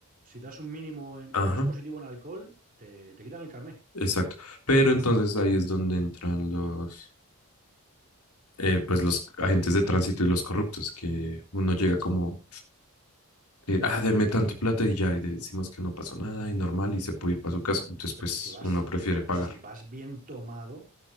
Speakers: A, on the right; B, on the left.
A: si das un mínimo, en,
B: Ajá.
A: llevas positivo en alcohol, te, te quitan el carné.
B: Exacto. Pero entonces ahí es donde entran los, eh, pues los agentes de tránsito y los corruptos, que uno llega como, eh, ah, deme tanto plata y ya, y decimos que no pasó nada y normal y se puede ir para su casa. Entonces,
A: O sea,
B: pues
A: que si vas,
B: uno
A: o
B: prefiere
A: sea,
B: pagar.
A: que si vas bien tomado